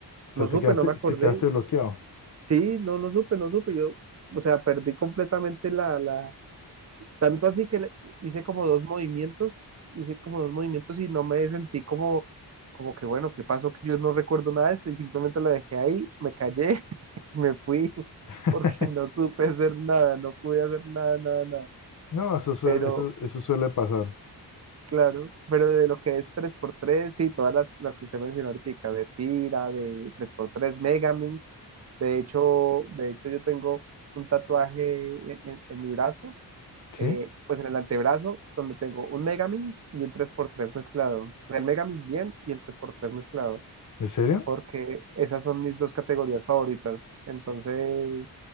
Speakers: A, on the left; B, on the right.
A: O
B: no
A: sea, te
B: supe,
A: quedaste,
B: no me acordé.
A: te quedaste bloqueado.
B: Sí, no, no supe, no supe. Yo, o sea, perdí completamente la, la, Tanto así que le- hice como dos movimientos, hice como dos movimientos y no me sentí como, como que bueno, ¿qué pasó? Que yo no recuerdo nada de esto y simplemente lo dejé ahí, me callé, <laughs> me fui,
A: <laughs>
B: porque no supe hacer nada, no pude hacer nada, nada, nada.
A: No, eso, suele-
B: Pero,
A: eso, eso suele pasar.
B: claro, pero de lo que es tres por tres sí, todas las, las que usted mencionó ahorita, de Pira, de tres por tres Megamin, de hecho, de hecho yo tengo un tatuaje en en- en mi brazo
A: ¿Sí?
B: eh, pues en el antebrazo, donde tengo un Megamix y un tres por tres mezclado. El Megamix bien y el tres por tres mezclado,
A: ¿En serio?
B: porque esas son mis dos categorías favoritas. Entonces,